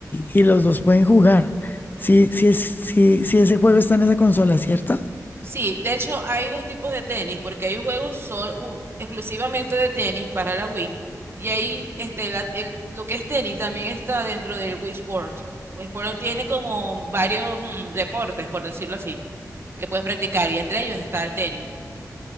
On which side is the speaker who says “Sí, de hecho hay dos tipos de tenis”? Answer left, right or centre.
Right